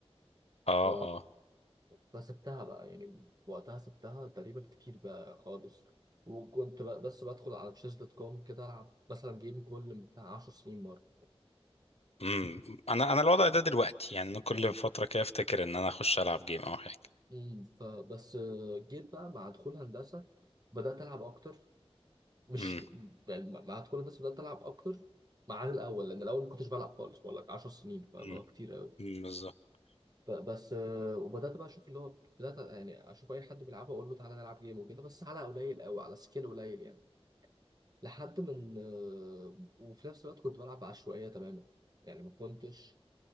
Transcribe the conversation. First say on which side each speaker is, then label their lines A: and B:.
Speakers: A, on the left; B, on the right.
A: اه
B: ف... فسبتها بقى يعني وقتها سبتها تقريبا كتير بقى خالص وكنت بقى بس بدخل على تشيز دوت كوم كده العب مثلا جيم كل بتاع 10 سنين مره
A: امم انا انا الوضع ده دلوقتي يعني انا كل
B: مم.
A: فتره كده افتكر ان انا اخش العب جيم او حاجه
B: امم فبس آه، جيت بقى مع دخول هندسه بدات العب اكتر مش
A: امم
B: ك... يعني مع مع دخول هندسه بدات العب اكتر ما عن الاول لان الاول ما كنتش بلعب خالص بقول لك 10 سنين فاللي
A: امم
B: هو كتير قوي
A: أمم، بالظبط
B: ب- بس آه، وبدات بقى اشوف اللي هو بدات يعني اشوف اي حد بيلعبها اقول له تعالى نلعب جيم وكده بس على قليل قوي على سكيل قليل يعني لحد من آه، وفي نفس الوقت كنت بلعب بعشوائيه تماما يعني ما كنتش